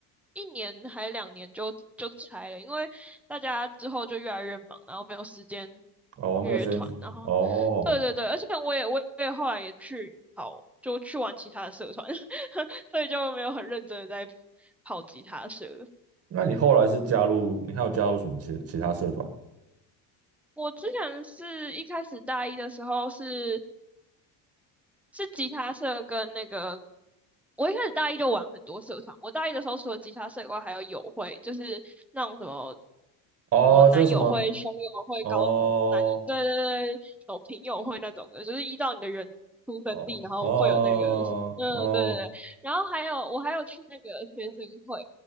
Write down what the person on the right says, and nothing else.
哦，没有时间，
哦，
那你后来是加入，你还有加入什么其其他社团？
哦，
就是什么，
哦
哦哦哦